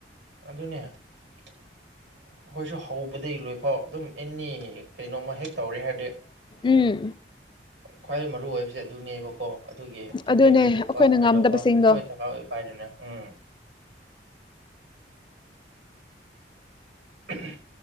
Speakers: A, on the right (about 85°); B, on the left (about 25°).
A: ꯑꯗꯨꯅꯦ ꯑꯩꯈꯣꯏꯁꯨ ꯍꯧꯕꯗꯒꯤꯩ ꯂꯣꯏꯐꯥꯎ ꯑꯗꯨꯝ ꯑꯦꯅꯤ ꯀꯩꯅꯣꯝꯃ ꯍꯦꯛ ꯇꯧꯔꯦ ꯍꯥꯏꯔꯗꯤ
B: ꯎꯝ
A: ꯈ꯭ꯋꯥꯏ ꯃꯔꯨ ꯑꯣꯏꯕꯁꯦ ꯑꯗꯨꯅꯦꯕꯀꯣ ꯑꯗꯨꯒꯤ
B: ꯑꯗꯨꯅꯦ
A: ꯇꯦꯕ꯭ꯂꯦꯠꯀꯨꯝꯕ
B: ꯑꯩꯈꯣꯏꯅ
A: ꯀꯩꯗꯧꯕ
B: ꯉꯝꯗꯕꯁꯤꯡꯗꯣ
A: ꯂꯣꯏ ꯗꯔꯀꯥꯔ ꯑꯣꯏ ꯄꯥꯏꯔꯤꯕꯅꯦ ꯎꯝ ꯎ